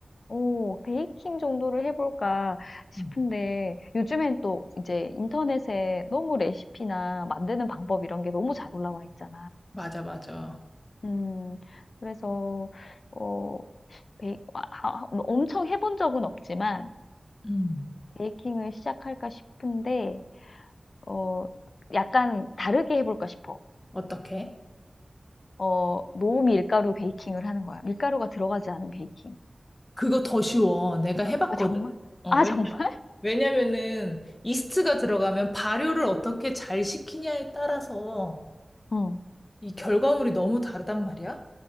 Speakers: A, on the left; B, on the left.
A: 좋고, 어, 베이킹 정도를 해볼까 싶은데,
B: 음.
A: 요즘엔 또 이제 인터넷에 너무 레시피나 만드는 방법 이런 게 너무 잘 올라와 있잖아.
B: 맞아, 맞아.
A: 음, 그래서, 어, 베이, 아, 아, 엄청 해본 적은 없지만,
B: 음.
A: 베이킹을 시작할까 싶은데, 어, 약간 다르게 해볼까 싶어.
B: 어떻게?
A: 어, 노밀가루 베이킹을 하는 거야. 밀가루가 들어가지 않은 베이킹.
B: 그거 더 쉬워. 내가 해봤거든?
A: 아, 정말?
B: 어,
A: 아,
B: 왜?
A: 정말?
B: 왜냐면은 이스트가 들어가면 발효를 어떻게 잘 시키냐에 따라서
A: 어.
B: 이 결과물이 너무 다르단 말이야.